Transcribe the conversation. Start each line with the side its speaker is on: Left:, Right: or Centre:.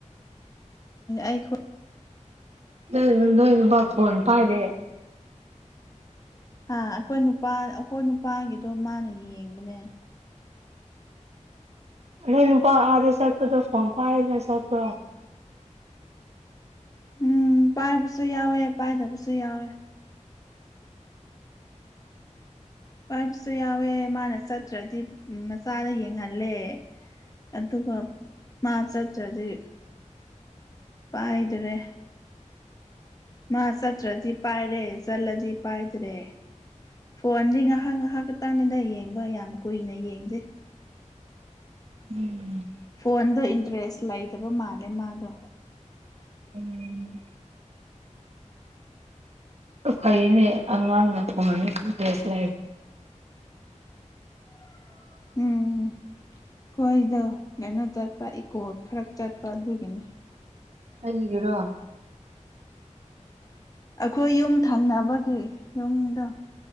Left: ꯑꯩꯈꯣꯏ
Right: ꯅ ꯅꯣꯏ ꯄꯨꯅ ꯄꯥꯏꯗꯦ
Left: ꯑ ꯑꯩꯈꯣꯏ ꯅꯨꯄꯥ ꯑꯩꯈꯣꯏ ꯅꯨꯄꯥꯒꯤꯗꯣ ꯃꯥꯅ ꯌꯦꯡꯕꯅꯦ
Right: ꯅꯣꯏ ꯅꯨꯄꯥ ꯑꯥꯔꯗꯦ ꯆꯠꯄꯗꯣ ꯐꯣꯟ ꯄꯥꯏꯗꯅꯦ ꯆꯠꯄ꯭ꯔꯣ
Left: ꯎꯝ ꯄꯥꯏꯕꯁꯨ ꯌꯥꯎꯋꯦ ꯄꯥꯏꯗꯕꯁꯨ ꯌꯥꯎꯋꯦ ꯄꯥꯏꯕꯁꯨ ꯌꯥꯎꯋꯦ ꯃꯥꯅ ꯆꯠꯇ꯭ꯔꯗꯤ ꯃꯆꯥꯗ ꯌꯦꯡꯍꯜꯂꯦ ꯑꯗꯨꯒ ꯃꯥ ꯆꯠ ꯆꯗꯤ ꯄꯥꯏꯗ꯭ꯔꯦ ꯃꯥ ꯆꯠꯇ꯭ꯔꯗꯤ ꯄꯥꯏꯔꯦ ꯆꯠꯂꯗꯤ ꯄꯥꯏꯗ꯭ꯔꯦ ꯐꯣꯟꯗꯤ ꯉꯥꯏꯍꯥꯛ ꯉꯥꯏꯍꯥꯛ ꯈꯇꯪꯅꯤꯗ ꯌꯦꯡꯕ ꯌꯥꯝ ꯀꯨꯏꯅ ꯌꯦꯡꯗꯦ
Right: ꯎꯝ
Left: ꯐꯣꯟꯗꯣ ꯏꯟꯇꯔꯦꯁ ꯂꯩꯇꯕ ꯃꯥꯜꯂꯦ ꯃꯥꯗꯣ
Right: ꯎꯝ ꯐꯩꯅꯦ ꯑꯉꯥꯡ ꯐꯉꯅꯤꯁꯇ
Left: <inaudible> ꯎꯝ ꯀꯣꯏꯗꯧ ꯀꯩꯅꯣ ꯆꯠꯄ ꯏꯀꯣ ꯈꯔ ꯆꯠꯄ ꯑꯗꯨꯒꯤꯅꯤ
Right: ꯑꯔꯤꯒ꯭ꯔꯣ
Left: ꯑꯩꯈꯣꯏ ꯌꯨꯝ ꯊꯪꯅꯕꯒꯤ ꯌꯨꯝꯗꯣ